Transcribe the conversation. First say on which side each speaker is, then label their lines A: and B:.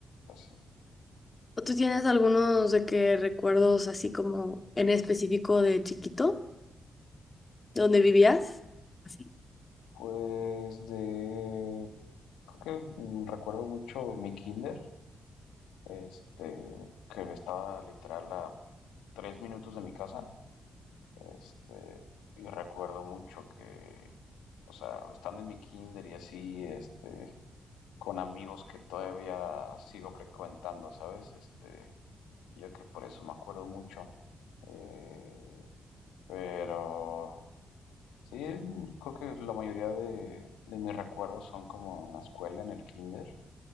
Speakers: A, on the left (about 80°); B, on the left (about 35°).
A: así.
B: ¿O ¿Tú tienes algunos de que recuerdos así como en específico de chiquito, donde vivías? Así.
A: Pues de, creo que mm, recuerdo mucho mi kinder, este, que estaba literal a tres minutos de mi casa, este, y recuerdo mucho que, o sea, estando en mi kinder y así, este, con amigos que todavía sigo frecuentando, ¿sabes? Este, yo que por eso me acuerdo mucho. Eh, pero sí, creo que la mayoría de, de mis recuerdos son como en la escuela, en el kinder.